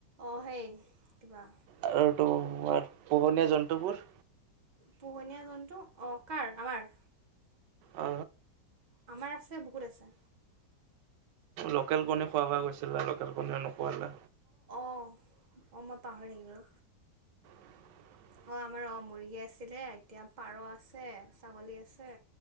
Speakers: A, on the right; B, on the right.
A: আহ সেই কিবা
B: আৰু তোমাৰ পোহনীয়া জন্তুবোৰ
A: পোহনীয়া জন্তু অ', কাৰ আমাৰ
B: অ
A: আমাৰ আছে, বহুত আছে
B: লোকেল কণী খোৱাব গৈছিলে লোকেল কণীয়েও নোখোৱালে
A: অ', অ', মই পাাহৰি থাকিলো
B: <inaudible>
A: অ, আমাৰ অ', মুৰ্গী আছিলে এতিয়া পাৰ আছে, ছাগলী আছে